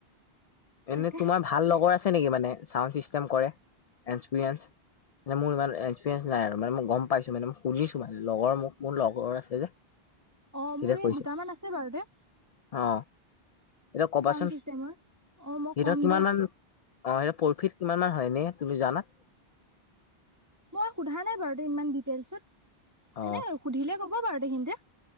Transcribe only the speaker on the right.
তাকে
অ'
মোৰ এই
দুটামান আছে বাৰু দে।
ছাউণ্ড চিষ্টেমৰ অ' মই
কম
দিয়াচোন
মই সোধা নাই বাৰু ইমান ডিটেইলছত,
এনে সুধিলে ক'ব বাৰু সিহঁতে।